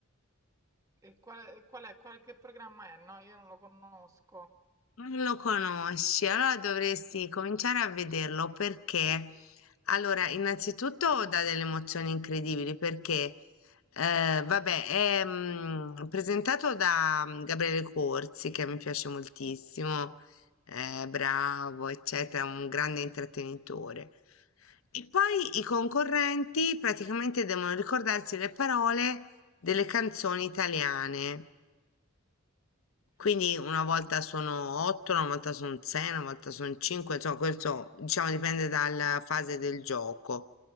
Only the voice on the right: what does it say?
E qual è, qual è- qual- che programma è? No, io non lo conosco.
Fighissimo.